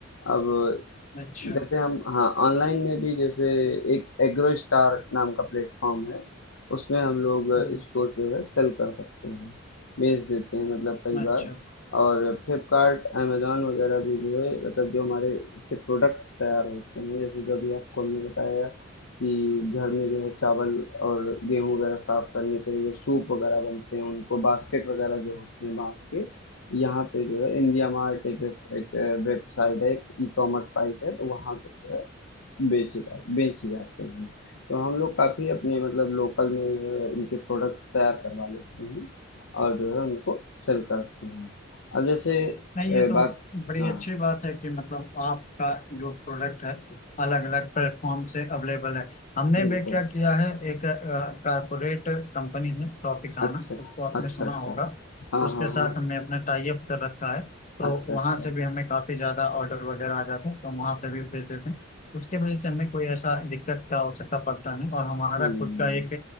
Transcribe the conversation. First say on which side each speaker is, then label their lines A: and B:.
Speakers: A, on the left; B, on the left.
A: अब
B: अच्छा
A: जैसे हम हाँ ऑनलाइन में भी जैसे एक एग्रो स्टार नाम का प्लेटफॉर्म है उसमें हम लोग
B: हम्म,
A: इसको जो है सेल कर सकते हैं बेच देते हैं मतलब कई
B: अच्छा
A: बार और फ्लिपकार्ट अमेजोन वगैरह भी जो है मतलब जो हमारे इससे प्रोडक्ट्स तैयार होते हैं जैसे जो अभी आपको हमने बताया कि घर में जो है चावल और गेहूं वगैरह साफ करने के लिए जो सूप वगैरह बनते हैं उनको बास्केट वगैरह जो होते हैं बांस के यहाँ पे जो है इंडिया मार्ट एक वेब एक वेबसाइट है एक ई कॉमर्स साइट है तो वहाँ पे जो है बेचे जा बेचे जाते हैं तो हम लोग काफ़ी अपने मतलब लोकल में जो है इनके प्रोडक्ट्स तैयार करवा लेते हैं और जो है उनको सेल करते हैं अब जैसे
B: नहीं
A: अ,
B: ये तो
A: बात
B: बड़ी
A: हाँ
B: अच्छी बात है कि मतलब आपका जो प्रोडक्ट है अलग अलग प्लेटफॉर्म से अवेलेबल है हमने
A: बिल्कुल
B: भी क्या किया है एक कारपोरेट कंपनी है ट्रॉपिकाना
A: अच्छा अच्छा
B: उसको आपने
A: अच्छा
B: सुना
A: अच्छा
B: होगा
A: हाँ
B: उसके
A: हाँ
B: साथ
A: हाँ
B: हमने अपना टाई अप कर रखा है तो
A: अच्छा
B: वहाँ
A: अच्छा
B: से भी हमें काफ़ी ज़्यादा ऑर्डर वगैरह आ जाते हैं तो हम वहाँ पे भी भेज देते हैं उसके वजह से हमें कोई ऐसा दिक्कत का आवश्यकता पड़ता नहीं और हमारा
A: हम्म
B: खुद का एक